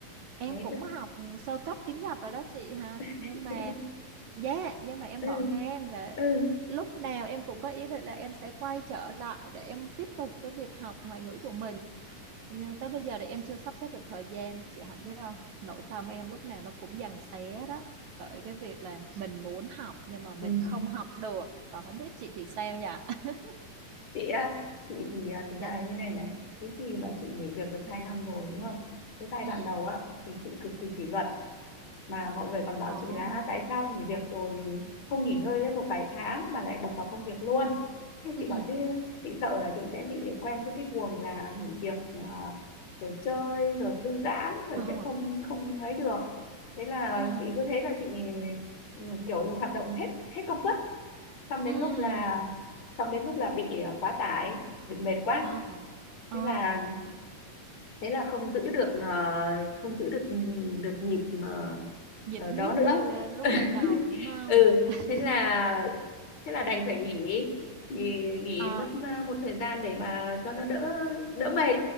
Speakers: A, on the right; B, on the left.
A: Em
B: thế
A: cũng
B: tức
A: học sơ cấp tiếng Nhật rồi đó chị ha.
B: <laughs>
A: Nhưng mà Dạ, nhưng mà em
B: ừ
A: bỏ ngang và
B: ừ
A: lúc nào em cũng có ý định là em sẽ quay trở lại để em tiếp tục cái việc học ngoại ngữ của mình. Nhưng tới bây giờ thì em chưa sắp xếp được thời gian, chị Hạnh biết không? Nội tâm em lúc nào nó cũng giằng xé đó. Bởi cái việc là mình muốn học nhưng mà mình
B: ừ
A: không học được. Còn không biết chị thì sao nhỉ? <laughs>
B: chị á chị thì à, thực
A: Dạ.
B: ra là như này này cái gì mà chị nghỉ việc được 2 năm rồi đúng không cái giai
A: Ừ.
B: đoạn đầu á thì chị cực kỳ kỷ luật mà mọi người còn bảo
A: Ồ.
B: chị là "À, tại sao nghỉ việc rồi thì không nghỉ ngơi lên một vài tháng mà lại đập vào công việc luôn thế
A: Ừ.
B: chị bảo chứ chị sợ là chị sẽ bị quen với cái guồng là nghỉ việc à, rồi chơi rồi thư giãn rồi
A: Ờ.
B: sẽ không không ấy được thế là
A: Ừ.
B: chị cứ thế là chị ừ, kiểu là hoạt động hết hết công suất xong
A: Ừ.
B: đến lúc là xong đến lúc là bị ờ, quá tải bị mệt quá
A: Ờ. Ờ.
B: thế là thế là không giữ được ờ, không giữ được được nhịp mà
A: Nhiệt
B: ờ,
A: huyết
B: đó nữa
A: như ờ, lúc
B: <laughs>
A: ban đầu đúng không?
B: ừ
A: <laughs>
B: thế là thế là đành phải nghỉ nghỉ nghỉ
A: Ờ.
B: mất ờ, một thời gian để mà cho nó đỡ đỡ mệt